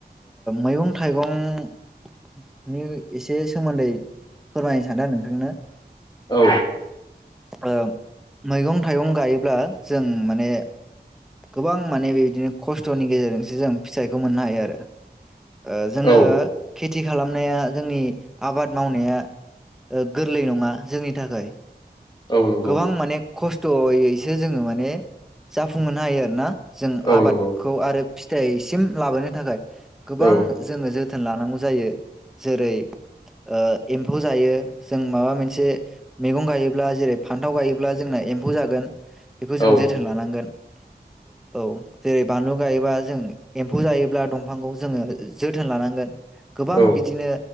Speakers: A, in the centre; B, on the left.
A: मैगं-थाइगंनि एसे सोमोन्दै फोरमायनो सानदों नों थांनो
B: औ
A: ओ मैगं-थाइगं गायोब्ला जों माने गोबां माने बिदिनो खस्थ'नि गेजेरजोंसो जों फिथाइखौ मोननो हायो आरो। ओ जोङोे
B: औ
A: खे खेथि खालामनाया जोंनि आबाद मावनाया गोरलै नङा जोंनि थाखाय।
B: औ नंगौ
A: गोबां माने खस थ'यैसो जोङो माने जा फुंहो हायो आरो ना। जों
B: औ
A: आबादखौ
B: नंगौ
A: आरो फि फिथाइसिम लाबोनो थाखाय। गोबां
B: औ
A: जोङो जोथोन लानांगौ जायो जेरै ओ एम्फौ जायो जों माबा मोनसे मैगं गायोब्ला जेरै फान्थाव गायोब्ला जोंना एम्फौ जागो बेखौ जोङो
B: औ
A: जोथोन लानांगोन। औ जों जेरै बानलु गायोब्लाा जों एम्फौ जायोब्ला दंफांखौ जोङो जोथोन लानांगोन गोबां
B: औ
A: बिदिनो